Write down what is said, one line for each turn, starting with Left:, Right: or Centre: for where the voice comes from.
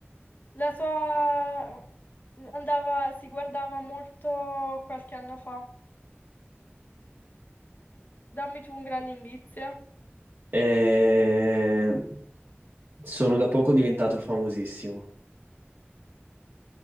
Left: La tua andava, si guardava molto qualche anno fa. Dammi tu un grande indizio.
Right: Eh, sono da poco diventato famosissimo.